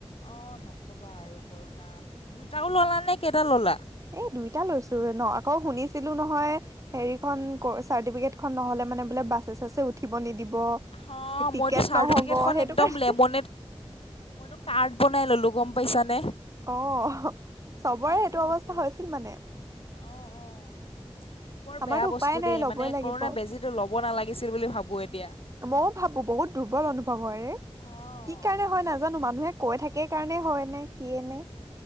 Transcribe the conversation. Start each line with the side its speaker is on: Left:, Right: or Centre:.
Left: অ', নকবা আৰু কৰোণা। দুটাও ল'লা নে কেইটা ল'লা?।
Right: এই দুইটা লৈছো ন আকৌ শুনিছিলো নহয়, হেৰিখন
Left: কি?
Right: ক-চাৰ্টিফিকেট খন নহ'লে মানে বোলে বাছে চাছে উঠিব নিদিব
Left: হা
Right: টিকেট
Left: মইতো চাৰ্টিফিকেটখন
Right: নহ'ব সেইটো
Left: একদম
Right: কাৰণে
Left: লেমনেট মইতো কাৰ্ড বনাই ল'লো গম পাইছানে।
Right: অ <inaudible> চবৰে
Left: কি
Right: এইটো
Left: যে হ'ব
Right: অৱস্থা হৈছিল মানে।
Left: অঁ অঁ বৰ
Right: আমাৰতো
Left: বেয়া বস্তু
Right: উপায় নাই
Left: দেই
Right: ল'বই
Left: মানে
Right: লাগিব
Left: কৰোণা বেজিতো ল'ব নালাগিছিল বুলি ভাবো এতিয়া।
Right: ময়ো ভাবো বহুত দুৰ্বল অনুভৱ হয় ৰে।
Left: অঁ
Right: কি কাৰণে হয়
Left: চব
Right: নাজানো, মানুহে কৈ থাকে কাৰণে হয় নে কিয়ে নে